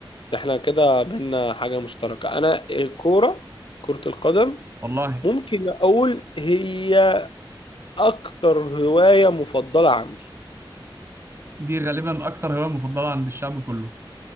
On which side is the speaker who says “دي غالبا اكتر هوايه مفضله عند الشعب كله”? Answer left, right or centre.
Right